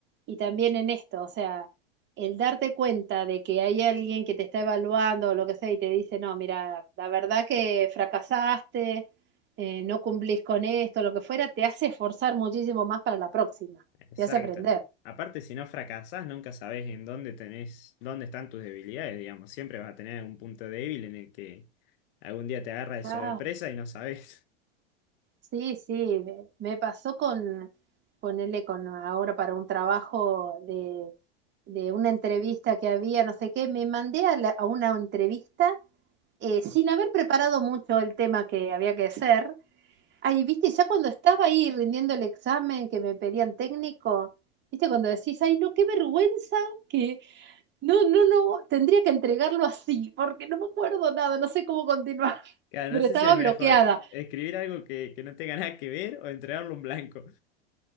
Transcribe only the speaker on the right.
y también en esto, o sea, el darte cuenta de que hay alguien que te está evaluando o lo que sea y te dice, no, mira, la verdad que fracasaste, eh, no cumplís con esto, lo que fuera, te hace esforzar muchísimo más para la próxima,
te hace aprender.
Ah,
Sí, sí, me, me pasó con ponerle con ahora para un trabajo de, de una entrevista que había, no sé qué, me mandé a, la- a una entrevista eh, sin haber preparado mucho el tema que había que hacer. Ahí, viste, ya cuando estaba ahí rindiendo el examen que me pedían técnico, viste, cuando decís, ay, no, qué vergüenza que no, no, no, tendría que entregarlo así, porque no me acuerdo nada, no sé cómo continuar, <laughs>
pero
estaba
bloqueada.